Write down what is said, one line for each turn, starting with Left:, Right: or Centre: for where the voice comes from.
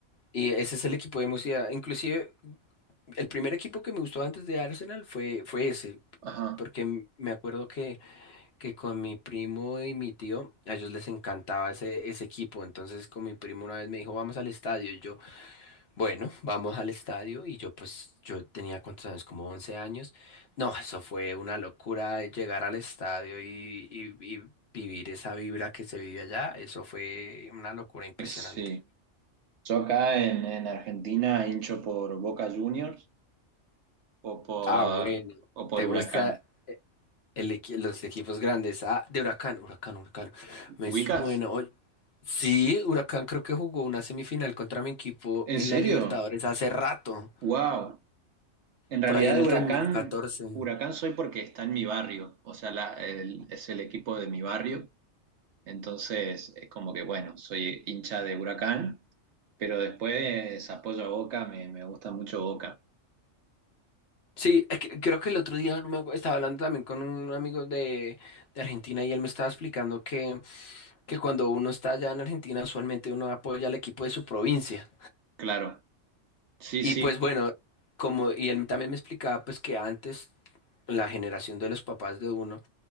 Left: Y ese es el equipo de mi ciudad. Inclusive, el primer equipo que me gustó antes de Arsenal fue, fue ese.
Right: ajá.
Left: Porque m- me acuerdo que, que con mi primo y mi tío, a ellos les encantaba ese, ese equipo. Entonces con mi primo una vez me dijo, vamos al estadio. Bueno, vamos al estadio y yo pues yo tenía cuántos años, como 11 años. No, eso fue una locura llegar al estadio y, y- y vivir esa vibra que se vive allá. Eso fue una locura impresionante.
Right: Eh, Sí. Yo acá en, en Argentina hincho por Boca Juniors. o por,
Left: Ah, bueno.
Right: o por
Left: ¿Te
Right: Huracán.
Left: gusta el equi- los equipos grandes? Ah, de Huracán, Huracán, Huracán. Me
Right: ¿Ubicas?
Left: suena. oye, sí, Huracán creo que jugó una semifinal contra mi equipo
Right: ¿En
Left: en
Right: serio?
Left: la Libertadores hace rato,
Right: ¡Wow! En realidad,
Left: por ahí en el
Right: Huracán,
Left: 2014.
Right: Huracán soy porque está en mi barrio, o sea, la- el- es el equipo de mi barrio, entonces es como que, bueno, soy hincha de Huracán, pero después apoyo a Boca, me, me gusta mucho Boca,
Left: Sí, es que- creo que el otro día no me acuerdo, estaba hablando también con un amigo de, de Argentina y él me estaba explicando que, que cuando uno está allá en Argentina, usualmente uno apoya al equipo de su provincia.
Right: claro. Sí,
Left: Y
Right: sí,
Left: pues bueno, como, y él también me explicaba pues que antes la generación de los papás de uno,